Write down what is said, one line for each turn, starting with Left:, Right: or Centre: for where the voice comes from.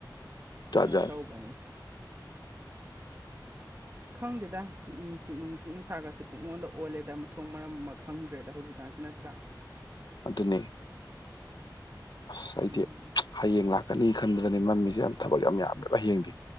Left: ꯖꯥꯠ
Right: ꯀꯩꯅꯣ
Left: ꯖꯥꯠꯅꯤ
Right: ꯇꯧꯕꯅꯦ ꯈꯪꯗꯦꯗ ꯅꯨꯡꯁꯤꯠ ꯅꯨꯡꯁꯤꯠ ꯅꯨꯡꯁꯥꯒꯁꯤꯦ ꯄꯨꯛꯉꯣꯟꯗ ꯑꯣꯜꯂꯦꯗ ꯃꯊꯣꯡ ꯃꯔꯝ ꯑꯃ ꯈꯪꯗ꯭ꯔꯦꯗ ꯍꯧꯖꯤꯛꯀꯥꯟ ꯅꯠꯇ꯭ꯔꯥ
Left: ꯑꯗꯨꯅꯦ ꯑꯁ ꯑꯩꯗꯤ
Right: ꯎꯝ
Left: <unintelligible> ꯍꯌꯦꯡ ꯂꯥꯛꯀꯅꯤ ꯈꯟꯕꯗꯅꯤ ꯃꯝꯃꯤꯖꯦ ꯌꯥꯝ ꯊꯕꯛ ꯌꯥꯝ ꯌꯥꯝꯃꯦꯕ ꯍꯌꯦꯡꯗꯤ